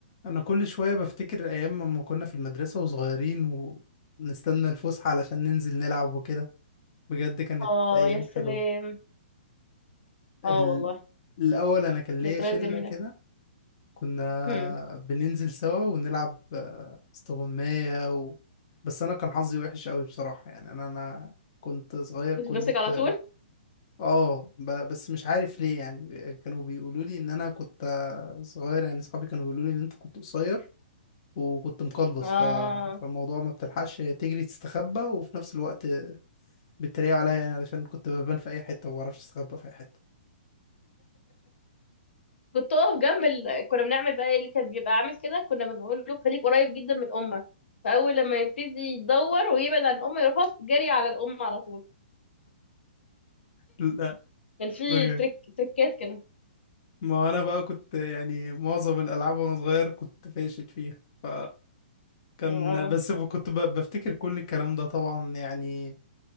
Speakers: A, on the left; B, on the left.
A: انا كل شويه بفتكر ايام ما كنا في المدرسه وصغيرين ونستنى الفسحه علشان ننزل نلعب وكده بجد كانت
B: اه
A: ايام
B: يا سلام
A: حلوه ال...
B: اه والله
A: الاول انا كان ليا
B: ذكريات
A: شله
B: جميلة
A: كده كنا
B: هم
A: بننزل سوا ونلعب آه، استغمايه و... بس انا كان حظي وحش قوي بصراحه يعني انا انا كنت صغير
B: نفسك
A: كنت
B: على طول
A: اه ب... بس مش عارف ليه يعني كانوا بيقولوا لي ان انا كنت آه، صغير يعني صحابي كانوا بيقولوا لي ان انت كنت قصير وكنت مقلبص
B: اه
A: ف... فالموضوع ما بتلحقش تجري تستخبى وفي نفس الوقت بيتريقوا عليا يعني علشان كنت ببان في اي حته وما بعرفش استخبى في اي حته
B: كنت اقف جنب ال... كنا بنعمل بقى إيه اللي كان بيبقى عامل كده كنا بنقول له خليك قريب جدا من امه فاول لما يبتدي يدور ويبعد عن امه يروح هوب جري على الام على طول
A: لا
B: كان في
A: بجد
B: تريك تريكات كده
A: ما انا بقى كنت يعني معظم الالعاب وانا صغير كنت فاشل فيها ف كان
B: آه.
A: بس ب- كنت ب... بفتكر كل الكلام ده طبعا يعني